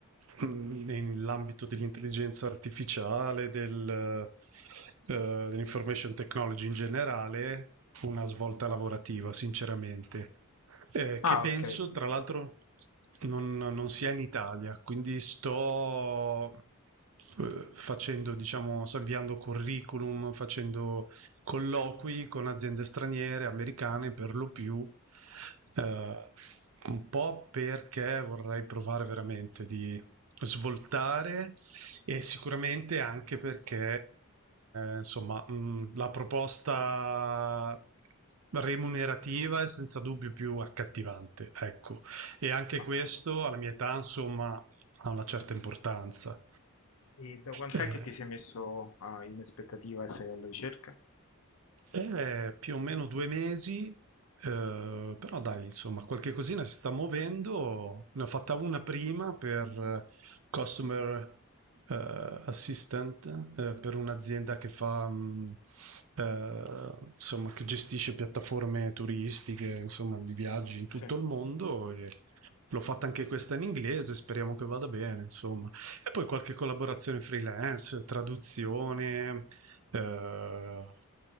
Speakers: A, on the right; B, on the left.
A: mh, nell'ambito dell'intelligenza artificiale, del, eh, dell'information technology in generale, una svolta lavorativa, sinceramente, Eh,
B: Ah,
A: che penso,
B: ok.
A: tra l'altro, non, non sia in Italia, quindi sto eh, facendo, diciamo, sto inviando curriculum, facendo colloqui con aziende straniere, americane per lo più, eh, un po' perché vorrei provare veramente di svoltare e sicuramente anche perché, eh, insomma, mh, la proposta remunerativa è senza dubbio più accattivante, ecco. E anche
B: Ma
A: questo alla mia età, insomma, ha una certa importanza.
B: e da quant'è
A: Eh,
B: che ti sei messo ah, in aspettativa e sei alla ricerca?
A: è più o meno due mesi, eh, però dai, insomma, qualche cosina si sta muovendo. Ne ho fatta una prima per eh, Customer eh, Assistant, eh, per un'azienda che fa, mh, eh, insomma, che gestisce piattaforme turistiche, insomma, di viaggi in tutto
B: Sì.
A: il mondo. E l'ho fatta anche questa in inglese, speriamo che vada bene, insomma. E poi qualche collaborazione freelance, traduzione eh,